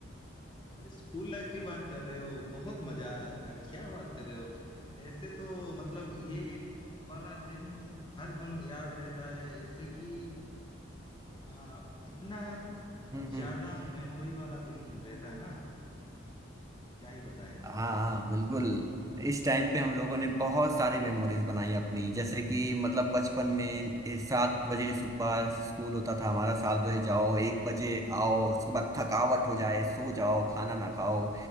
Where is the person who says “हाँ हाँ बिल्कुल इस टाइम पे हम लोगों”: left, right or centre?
Right